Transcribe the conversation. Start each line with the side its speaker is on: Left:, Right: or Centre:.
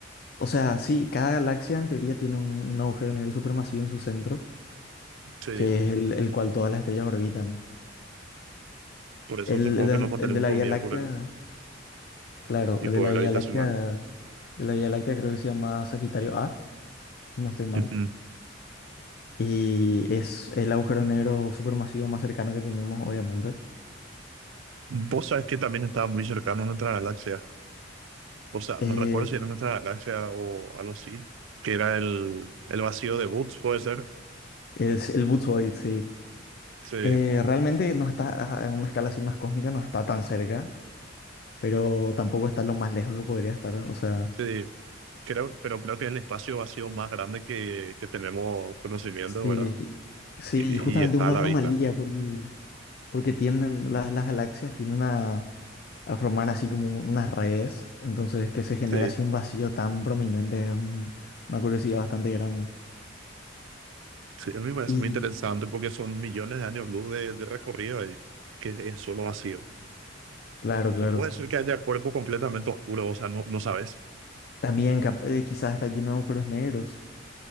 Left: O sea, sí, cada galaxia en teoría tiene un, un agujero negro supermasivo en su centro,
Right: Sí.
Left: que es el, el cual todas las estrellas orbitan.
Right: Por eso
Left: El,
Right: supongo
Left: el an-
Right: que nos mantenemos
Left: el de la
Right: todos
Left: Vía
Right: unidos
Left: Láctea,
Right: por el.
Left: claro,
Right: y
Left: el
Right: poder
Left: de la Vía
Right: habitacional.
Left: Láctea, de la Vía Láctea creo que se llama Sagitario A, si no estoy mal.
Right: Ujú.
Left: Y es el agujero negro supermasivo más cercano que tenemos, obviamente.
Right: Vos sabés que también estaba muy cercano a nuestra galaxia. O sea,
Left: Eh,
Right: no recuerdo si era nuestra galaxia o algo así, que era el, el vacío de Boots, puede ser.
Left: es el Boots Void, sí.
Right: Sí,
Left: Eh, realmente no está a a una escala así más cósmica, no está tan cerca, pero tampoco está lo más lejos que podría estar. O sea.
Right: sí. Creo, pero creo que es el espacio vacío más grande que, que tenemos conocimiento,
Left: Sí,
Right: ¿verdad?
Left: sí,
Right: Y,
Left: y justamente
Right: y está
Left: una
Right: a la
Left: anomalía
Right: vista.
Left: porque, porque tienden, las, las galaxias tienden a, a formar así como unas redes, entonces que se genera
Right: Sí,
Left: así un vacío tan prominente es un- una curiosidad bastante grande.
Right: sí, a mí me parece
Left: Y
Right: muy interesante porque son millones de años luz de, de recorrido ahí, que es solo vacío.
Left: claro, claro,
Right: O puede ser que haya cuerpo completamente oscuro, o sea, no, no sabes.
Left: también cap- eh, quizás está lleno de agujeros negros.